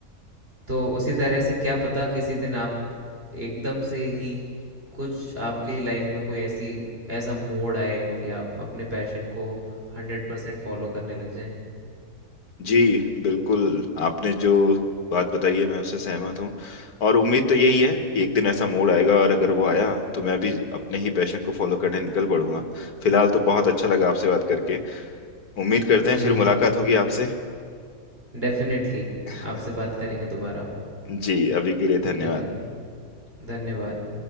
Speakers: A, on the right; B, on the left.
A: तो उसी तरह से क्या पता किसी दिन आप एकदम से ही कुछ आपकी लाइफ में कोई ऐसी ऐसा मोड़ आए कि आप अपने पैशन को हंड्रेड परसेंट फॉलो करने लग जाएं
B: जी बिल्कुल आपने जो बात बताई है मैं उससे सहमत हूँ और उम्मीद तो यही है कि एक दिन ऐसा मोड़ आएगा और अगर वो आया तो मैं भी अपने ही पैशन को फॉलो करने निकल पड़ूंगा फिलहाल तो बहुत अच्छा लगा आपसे बात करके उम्मीद करते
A: मुझे
B: हैं फिर
A: भी
B: मुलाकात होगी आपसे
A: डेफिनेटली
B: <laughs>
A: आपसे बात करेंगे दोबारा
B: जी अभी के लिए धन्यवाद
A: चलिए धन्यवाद